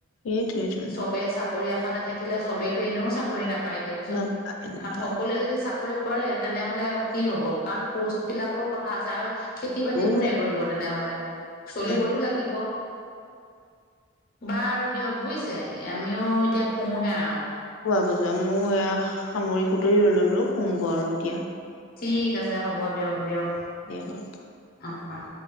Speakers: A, on the left; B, on the left.
A: সেইটোৱেটো।
B: চবেই চাকৰি আশাতে থাকিলে চবেইটো এনেও চাকৰি নাপায় দিয়কচোন,
A: নাপায় নাপায়
B: কাৰণ সকলোৱে যদি চাকৰি কৰে তেনেহলে কি হ'ব কাৰণ পোষ্ট বিলাকৰো কথা আছে আৰু খেতি বাতি
A: মোৰো
B: কোনে কৰিব তেনেহলে, চলিবতো
A: নাই
B: লাগিব। বাৰ দিয়ক বুইছে, আমিও এতিয়া শুওঁহে আৰু।
A: শুৱাগৈ যোৱা মই এয়া সামৰি সুতৰি ললো শুংগৈ আৰু এতিয়া।
B: ঠিক আছে, হ'ব দিয়ক দিয়ক।
A: দিয়া বাৰু।
B: অহ অহ।